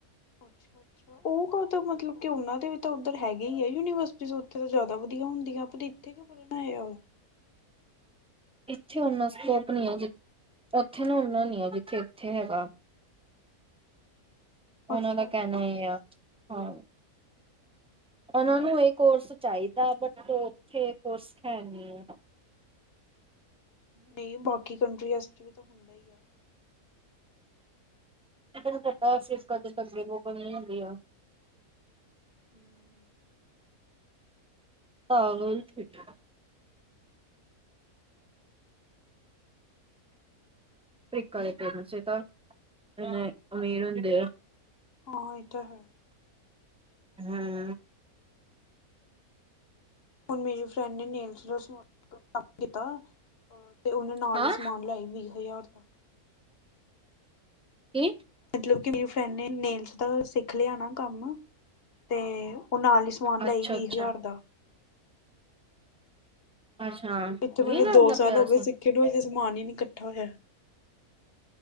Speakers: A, on the left; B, in the centre.
A: ਅੱਛਾ, ਅੱਛਾ ਓ ਕਾ ਤੋ ਮਤਲਬ ਕਿ ਓਨਾਂ ਦੇ ਵੀ ਤਾਂ ਓੱਧਰ ਹੈਗੇ ਈ ਐ ਯੂਨੀਵਰਸਿਟੀਸ ਉੱਥੇ ਤਾਂ ਜਾਦਾ ਵਦੀਆ ਹੁੰਦੀਆਂ, ਪਰ ਇੱਥੇ ਕਯੋ ਪਰਨ ਆਏਆ ਓ?
B: ਇੱਥੇ ਓਨਾ ਸਕੋਪ ਨੀ ਹੈ ਜੇ, ਓਥੇ ਨਾ ਓਨਾ ਨੀ ਐ ਜਿੱਥੇ-ਇੱਥੇ ਹੈਗਾ। ਓਨਾਂ
A: ਅੱਛਾ।
B: ਦਾ ਕੈਣਾ ਏ ਆ। ਹਾ ਓਨਾਂ ਨੂੰ ਏ ਕੋਰਸ ਚਾਈਦਾ, ਬਟ ਓ ਓਥੇ ਕੋਰਸ ਹੈ ਨੀ ਓ।
A: ਨਈ, ਬਾਕੀ ਕੰਟਰੀਆਸ ਚ ਵੀ ਤਾ ਹੁੰਦਾ ਈ ਆ।
B: ਤੈਨੂੰ ਪਤਾ ਏਸੀਸ ਕਨਟਰੀਸ ਗਰੀਬ-ਗਰੂਬ ਕੋਲ ਨੀ ਹੁੰਦੀਆ।
A: ਹੂੰ
B: ਪਾਗਲ ਫਿਟ ਅਫਰੀਕਾ ਦੇ ਪੇਰਟਸ ਤਾਂ ਇੰਨੇ ਅਮੀਰ ਹੁੰਦੇ ਐ।
A: ਹਾਂ, ਏ ਤਾ ਹੈ।
B: ਹੂੰ।
A: ਹੁਨ, ਮੇਰੀ ਫਰੈਂਡ ਏ ਨੇਹ ਪਿਛਲੇ ਸਾਲ <unintelligible> ਕੰਮ ਕੀਤਾ, ਉਹ ਤੇ ਓਨੇ ਨਾਲ
B: ਹਾਂ
A: ਈ ਸਮਾਨ ਲੈ ਆਈ ਵੀ ਹਜ਼ਾਰ ਦਾ।
B: ਕੀ?
A: ਮਤਲਬ ਕਿ ਮੇਰੀ ਫਰੈਂਡ ਨੇ ਨੇਲਸ ਦਾ ਓ ਸਿੱਖ ਲੇਆ ਨਾ ਕੰਮ, ਤੇ ਓ ਨਾਲ ਈ ਸਮਾਨ
B: ਅੱਛਾ
A: ਲੈਈ
B: ਅੱਛਾ
A: ਵੀ ਹਜ਼ਾਰ ਦਾ।
B: ਅੱਛਾ।
A: ਇੱਥੇ ਮੇਰੇ
B: ਵੀਹ ਲੱਖ
A: ਦੋ
B: ਦਾ
A: ਸਾਲ
B: ਪਿਆ
A: ਹੋ ਗੇ
B: ਸੀ।
A: ਸਿੱਖੇ ਨੂੰ, ਹਜੇ ਸਮਾਨ ਈ ਨੀ ਕੱਠਾ ਹੋਯਾ।